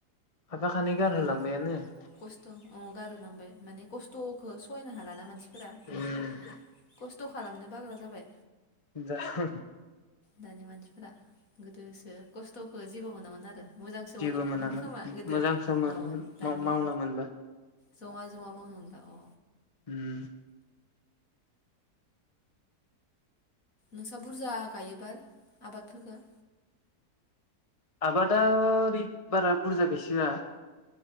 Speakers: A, on the left (about 25°); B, on the left (about 55°).
A: हाफा खानै गारहोलांबायानो
B: उम
A: <unintelligible>
B: खस्थ' अ गार <unintelligible> माने खस्थखौ सहायनो हाला ना मानसिफोरा खस्थ
A: उम
B: खालामनो बाग्रा जाबाय
A: ज <unintelligible>
B: दानि मानसिफोरा गोदोसो खस्थखौ जेबो मोनामोन आरो मोजांसो
A: जेबो
B: मोनोमोन
A: मोनामोन
B: खोमा गोदो
A: मोजांसो मोनोमोन
B: औ दानिया
A: मावनो मोनबा
B: जमा जमा मावनो ना अ
A: ओम
B: नोंस्रा बुरजा गायोबा आबादफोरफोरखौ
A: आबादा ओरै बारा बुरजा गायसोआ